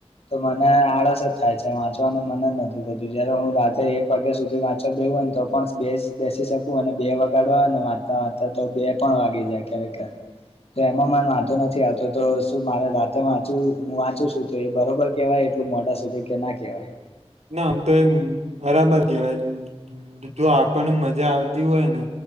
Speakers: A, on the left; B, on the right.
A: તો મને આળસ જ થાય છે વાંચવાનું મન જ નથી થતું જયારે હું રાતેે એક વાગ્યા સુધી વાંચવા બે. ને <unintelligible> તો પણ સ બેસ બેસી શકું અને બે વગાડવા ને વાંચતા વાંચતા તો બે પણ વાગી જાય ક્યારેક ક્યારે તો એમાં મન વાંંધો નથી આવતો તો શું મારે રાતે વાંચું હું વાંચું છું તો એ બરોબર કેવાય. એટલું મોઢા સુધી કે ના કવાય.
B: ના આમ તો એમ બરાબર કેવાય જો આપણનું મજા આવતી હોયને.